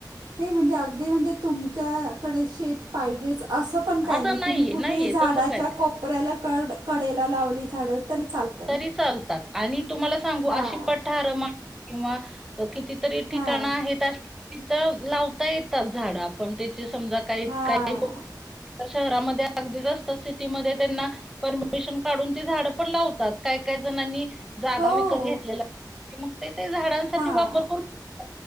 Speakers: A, on the right; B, in the centre.
A: ते म्हणजे अगदी म्हणजे तुमच्याकडे शेत पाहिजेच. अस पण काही
B: असं
A: नाही.
B: नाहीये,
A: तुम्ही कुठेही
B: नाहीये
A: झाडाच्या
B: तसं काही नाही.
A: कोप कोपऱ्याला कड, कडेला लावली झाड तरी चालत.
B: तरी चालतात आणि तुम्हाला सांगू
A: तुम्हाला
B: अशी पठार मग किंवा किती तरी ठिकाण
A: काहीतरी
B: आहेत अशी तिथ लावता येतात झाड, आपण त्याचे समजा
A: किंवा
B: काही काही लोक शहरामध्ये अगदीच असत सिटीमध्ये त्यांना परमिशन काढून ते झाड पण लाव काय- काय जणांनी जागा
A: हो
B: विकत घेतलेला मग ते, ते झाडांसाठी
A: हां
B: वापर करून